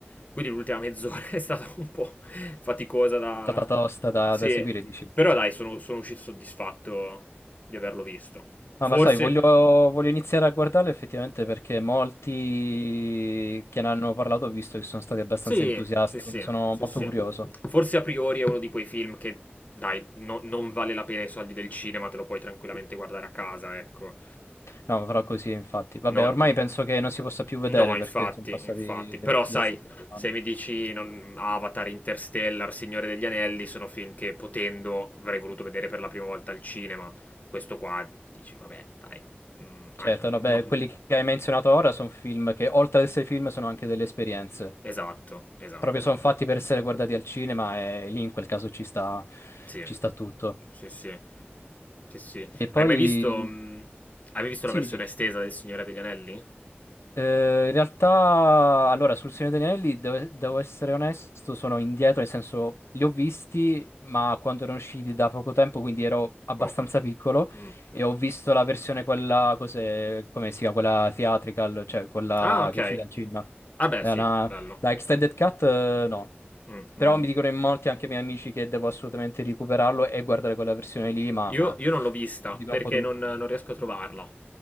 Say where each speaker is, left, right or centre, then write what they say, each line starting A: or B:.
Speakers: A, on the left; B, on the left.
A: Quindi l'ultima mezz'ora <laughs> è stata un po' faticosa da...
B: È stata tosta da,
A: Sì,
B: da seguire, dici.
A: però dai, sono, sono uscito soddisfatto di averlo visto. Forse...
B: Ah, ma sai, voglio, voglio iniziare a guardarlo effettivamente perché molti che ne hanno parlato ho visto che sono stati abbastanza
A: Sì,
B: entusiasti,
A: sì, sì,
B: quindi sono
A: sì,
B: molto
A: sì.
B: curioso.
A: Forse a priori è uno di quei film che, dai, no- non vale la pena i soldi del cinema, te lo puoi tranquillamente guardare a casa, ecco.
B: No, farò così, infatti. Vabbè,
A: No,
B: ormai penso che non si possa più vedere
A: no, infatti,
B: perché sono passati
A: infatti. Però sai,
B: diverse settimane.
A: se mi dici non- Avatar, Interstellar, Signore degli Anelli, sono film che potendo avrei voluto vedere per la prima volta al cinema. Questo qua dici, vabbè, dai. Mm,
B: Certo,
A: an-
B: no, beh,
A: no,
B: quelli che hai menzionato ora sono film che, oltre ad essere film, sono anche delle esperienze.
A: esatto, esatto.
B: Proprio sono fatti per essere guardati al cinema e lì in quel caso ci sta,
A: Sì,
B: ci sta tutto.
A: sì, sì. Sì, sì.
B: E
A: Hai
B: poi,
A: mai visto, mm, hai mai visto
B: sì,
A: la versione
B: dimmi.
A: estesa del Signore degli Anelli?
B: Eh, in realtà, allora, sul Signore degli Anelli, devo, devo essere onesto, sono indietro, nel senso, li ho visti, ma quando erano usciti da poco tempo, quindi ero abbastanza
A: Poco.
B: piccolo,
A: Mm.
B: e ho visto la versione quella, cos'è, come si chiama, quella theatrical, cioè quella
A: Ah, ok.
B: che è uscita al cinema.
A: Ah, beh,
B: È
A: sì,
B: una-
A: bello.
B: la extended cut, eh, no.
A: Mm,
B: Però
A: mm.
B: mi dicono in molti, anche i miei amici, che devo assolutamente recuperarlo e guardare quella versione lì, ma
A: Io,
B: lo
A: io non l'ho vista
B: dicono
A: perché
B: un po' tutti.
A: non, non riesco a trovarla.